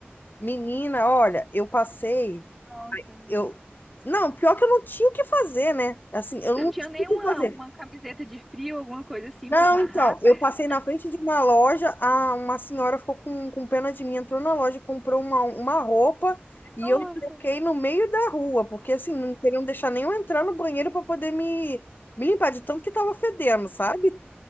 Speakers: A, on the left; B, in the centre.
A: Menina, olha, eu passei.
B: Nossa, menina.
A: Eu... Não, pior que eu não tinha o que fazer, né? Assim, eu
B: Você
A: não
B: não tinha
A: tinha
B: nenhuma
A: o que fazer.
B: uma camiseta de frio, alguma coisa assim
A: Não,
B: pra amarrar?
A: então, eu
B: <laughs>
A: passei na frente de uma loja, a, uma senhora ficou com, com pena de mim, entrou na loja, e comprou uma, uma roupa e
B: Nossa,
A: eu troquei no meio da rua, porque assim, não queriam deixar nem eu entrar no banheiro para poder me, me limpar de tanto que tava fedendo, sabe?